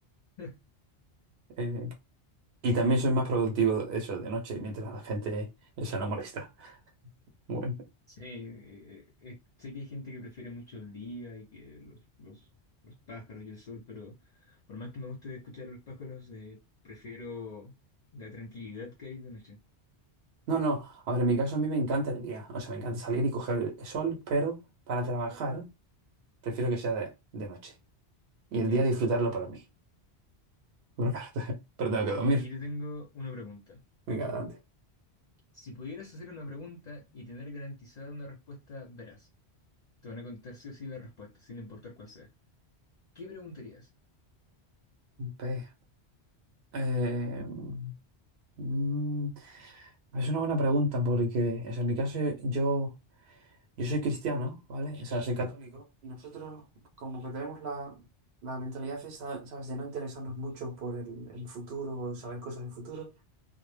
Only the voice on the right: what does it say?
Eh, y también soy más productivo eso de noche, mientras la gente se no molesta. Bueno.
No, no, a ver, en mi caso a mí me encanta el día. O sea, me encanta salir y coger el sol, pero para trabajar prefiero que sea de, de noche. Y el
día
disfrutarlo para mí. Pero, claro, <laughs> pero tengo que dormir.
Venga, adelante.
Ve, eh, mm, mm, es una buena pregunta porque o sea, en mi caso yo... Yo soy cristiano, ¿vale? O sea, soy católico. Y nosotros como que tenemos la, la mentalidad esa, ¿sabes? De no interesarnos mucho por el, el futuro, saber cosas del futuro.